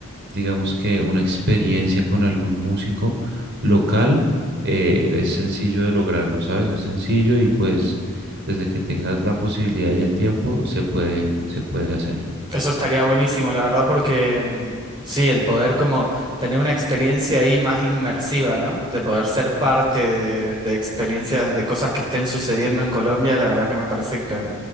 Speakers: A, on the right; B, on the right.
A: digamos que una experiencia con algún músico local eh, es sencillo de lograrlo, ¿sabes? Es sencillo y pues desde que tengas la posibilidad y el tiempo se puede, se puede hacer.
B: Eso estaría buenísimo, la verdad, porque mm, sí, el poder como tener una experiencia ahí más inmersiva, ¿no? De poder ser parte de, de experiencias, de cosas que estén sucediendo en Colombia, la verdad que me parece que